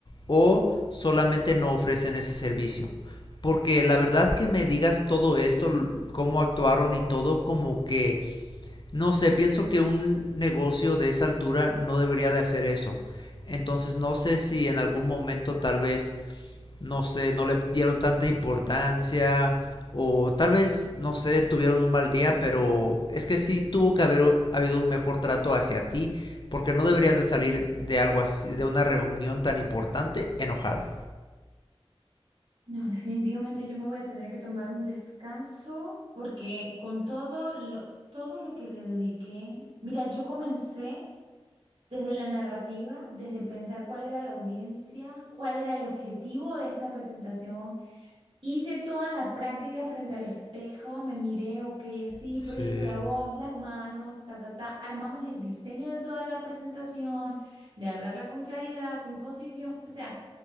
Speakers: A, on the left; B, on the right.
A: o solamente no ofrecen ese servicio. Porque la verdad que me digas todo esto, cómo actuaron y todo, como que, no sé, pienso que un negocio de esa altura no debería de hacer eso. Entonces no sé si en algún momento tal vez no sé, no le dieron tanta importancia o tal vez, no sé, tuvieron un mal día, pero es que sí tuvo que haber o- habido un mejor trato hacia ti, porque no deberías de salir de algo así, de una reunión tan importante enojada.
B: No, definitivamente yo me voy a tener que tomar un descanso porque con todo lo, todo lo que le dediqué, mira, yo comencé desde la narrativa, desde pensar cuál era la audiencia, cuál era el objetivo de esta presentación Hice toda la práctica frente al espejo, me miré, ok, así,
A: Sí,
B: proyecto la voz, las manos, ta, ta, ta. Armamos el diseño de toda la presentación, de hablarla con claridad, con concisión. O sea,